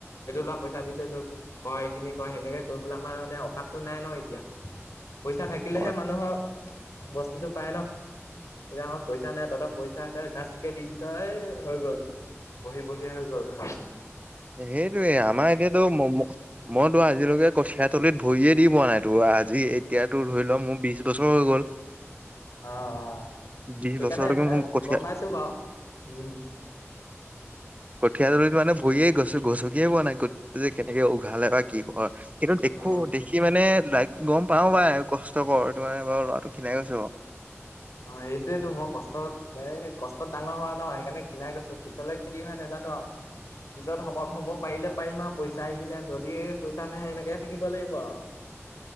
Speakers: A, on the left (about 85°); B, on the right (about 30°).
A: এইটো অলপ পইচা দিছো তোক কৰ এইখিনি কৰ সেনেকে কৈ পেলাই আমাৰ মানে অকাততো নাই ন এতিয়া। পইচা থাকিলেহে
B: হয়
A: মানুহৰ বস্তুটো পায় ন, এতিয়া আমাৰ পইচা নাই তহঁত পইচা ত‌ই গাছ কে দি দিছই ঐ হৈ গল বহি বহি হৈ গল তাৰ।
B: সেইটোয়ে আমাৰ এতিয়াতো ম'ম মইতো আজিলৈকে কঠিয়া তলিত ভৰিয়ে দি পোৱা নাই তো আজি এতিয়াতো ধৰি লও মোৰ বিশ বছৰ হৈ গ'ল। <unintelligible>
A: অঁ অঁ
B: বিশ
A: সেইকাৰণে
B: বছৰলৈকে মোৰ কঠীয়া
A: গম পাইছো বাৰু উম।
B: কঠীয়া তলিত মানে ভৰিয়ে গচ গচকিয়ে পোৱা নাই কঠীয়া তল কেনেকে উঘালে বা কি কৰে। কিন্তু দেখো
A: অ
B: দেখি মানে লাইক গম পাও বাই কষ্টকৰ তোমাৰ মে বাৰু ল'ৰাটো ক্ষিনাই গৈছো বাওঁ।
A: অঁ সেইটোয়েতো মই কষ্টত এই কষ্টত ডাঙৰ হোৱা ন সেইকাৰণে ক্ষিনাই গৈছো পিছলৈ কি হয় নাজানো আও। পিছত শকত হব পাৰিলে পাৰিম আও পইচা আহিলে যদি পইচা নাহে এনেকে থাকিব লাগিব আও।